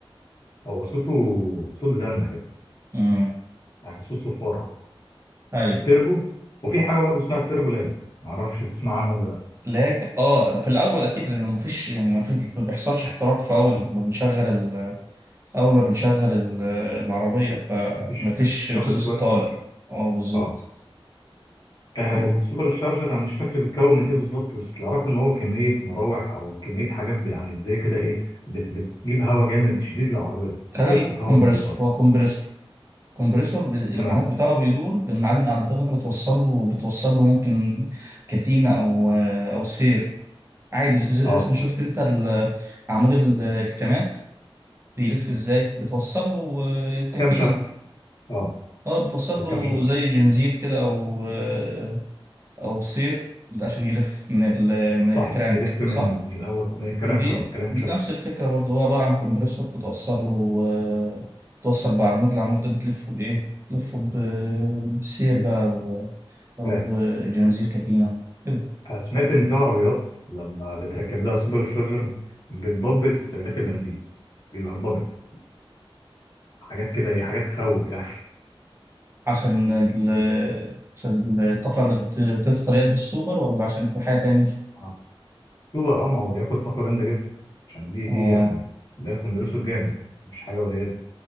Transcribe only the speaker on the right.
امم
ايوه
لاج اه في الاول اكيد لان مفيش يعني مفيش ما بيحصلش احتراق في اول ما بنشغل ال- اول ما بنشغل ال- العربيه فمفيش
اكزوست
طالع
اه بالظبط
أوه.
خلينا
نقول كومبريسور
هو كومبريسور كومبريسور ب- العمود
بتاعه بيدور بنعلم على الضغط انت بتوصل له بتوصل له ممكن كتينة او او سير عادي زي
زي مثلا شفت انت ال- عمود ال- الكمات بيلف ازاي بتوصل له آه، كتينة
اه بتوصل
له
زي جنزير كده او آه، او سير عشان يلف من ال- من
الكرانك
صح
دي
بنفس
الفكرة برضه هو عبارة عن كومبريسور بتوصل له آه، بتوصل بعمود العمود ده بتلفه بإيه؟ بتلفه ب- بسير بقى أو أو
جنزير كتينة كده
عشان ال عشان الطاقة اللي بت- بتدخل يعني في السوبر ولا عشان في حاجة تانية؟
آه